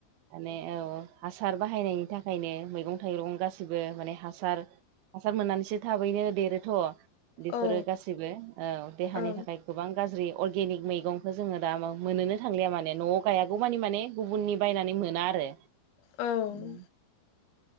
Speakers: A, on the right (about 80°); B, on the left (about 85°).
A: माने औ हासार बाहायनायनि थाखायनो मैगं थाइगं गासैबो माने हासार हासार मोननानैसो थाबैनो देरोथ'। बे
B: औ
A: फोरो गासिबो ओ देहानि
B: औ
A: थाखाय गोबां गाज्रि अ गेनिक मैगंखौ जोङो दा मोनोनो थांलिया माने न'आव गायागौ मानि माने गुबुननि बायनानै मोना आरो उम
B: औ